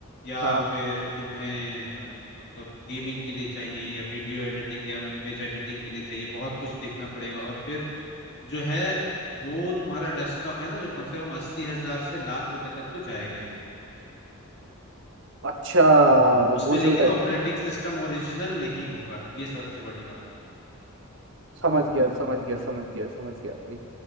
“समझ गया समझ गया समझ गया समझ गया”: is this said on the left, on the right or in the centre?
Right